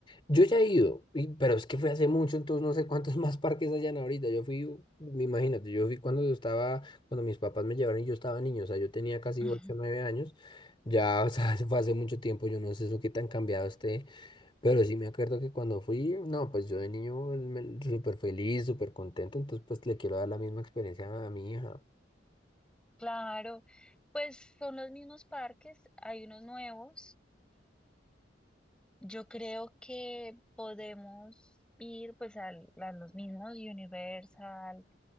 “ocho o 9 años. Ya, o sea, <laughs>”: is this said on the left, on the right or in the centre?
Left